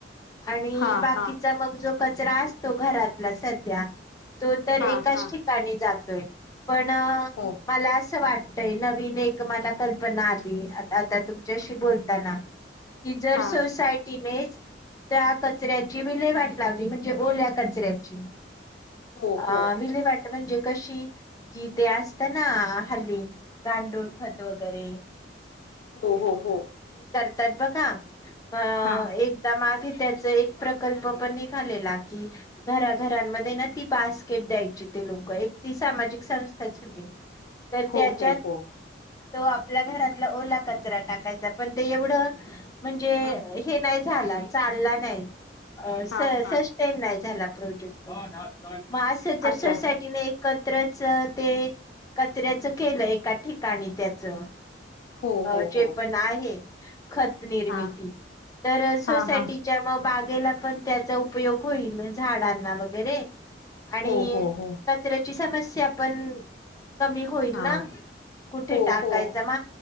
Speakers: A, on the left; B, on the left.
A: आणि
B: हा
A: बाकीचा
B: हा
A: मग जो कचरा असतो घरातला सध्या तो तर
B: हा
A: एकाच
B: हा
A: ठिकाणी जातोय. पण
B: हो
A: मला असं वाटतय नवीन एक मला कल्पना आली आता तुमच्याशी बोलताना कि जर
B: हा
A: सोसायटीने त्या कचऱ्याची विले वाट लावली म्हणजे ओल्या कचऱ्याची
B: हो
A: अ
B: हो
A: विलेवाट म्हणजे कशी कि ते असतं ना हल्ली गांडूळ, खत वगैरे
B: हो हो हो.
A: त्यात बघा अ
B: हा
A: एकदा मागे त्याचा एक प्रकल्प पण निघालेला की घराघरांमध्ये ना ती बास्केट द्यायची. ते लोकं एक ती सामाजिक संस्थाच होती. तर
B: हो
A: त्याच्यात
B: हो हो.
A: तो आपल्या घरातला ओला कचरा टाकायचा पण ते एवढं म्हणजे
B: हा
A: हे नाही झाला चालला नाही अ सस
B: हा हा
A: सस्टेन नाही झाला प्रोजेक्ट. म असं जर
B: अच्छा
A: सोसायटीने एक कतरायचे ते कचऱ्याचा केलं एका ठिकाणी त्याचा
B: हो
A: अ
B: हो
A: जे
B: हो
A: पण आहे. खत निर्मिती
B: हा
A: तर सोसायटीच्या
B: हा हा
A: म बा पण त्याचा उपयोग होईल झाडांना वगरे आणिच्या
B: हो हो हो
A: ची समस्या पण कमी होईल
B: हा
A: ना कुठे
B: हो
A: टाकायच
B: हो
A: म